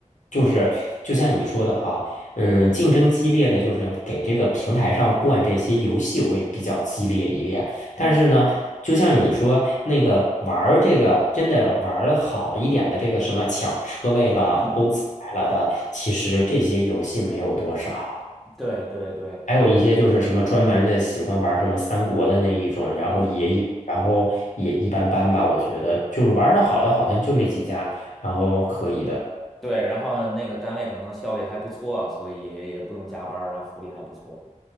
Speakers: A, on the left (about 70°); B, in the centre.
A: 就是就像你说的哈，嗯，竞争激烈的就是给这个平台上灌这些游戏会比较激烈一点。但是呢，
B: 嗯
A: 就像你说那个玩儿这个真的玩儿的好一点的这个什么抢车位了、
B: 嗯，
A: 偷菜了的，其实这些游戏没有多少。
B: 对对对，
A: 还有一些就是什么专门的喜欢玩什么三国的那一种，然后也有，
B: 嗯。
A: 然后也一般般吧。我觉得就是玩的好的好像就那几家，然后可以的。
B: 对，然后那个单位可能效益还不错，所以也不用加班儿然后福利还不错，